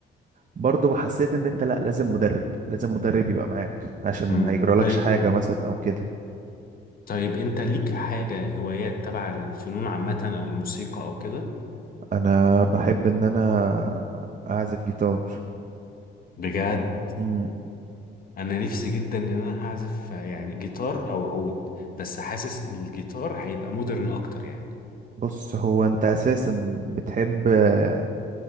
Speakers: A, on the right; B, on the left.
A: برضه حسيت ان انت لا لازم مدرب لازم مدرب يبقى معاك عشان
B: مم.
A: ما يجرالكش
B: طيب
A: حاجه مثلا او كده
B: طيب انت ليك حاجة هوايات تبع الفنون عامة او الموسيقى او كده
A: انا بحب ان انا اعزف جيتار
B: بجد
A: أمم،
B: انا نفسي جدا ان انا اعزف آه، يعني جيتار او عود بس حاسس الجيتار هيبقى مودرن اكتر يعني
A: بص هو انت اساسا بتحب آه،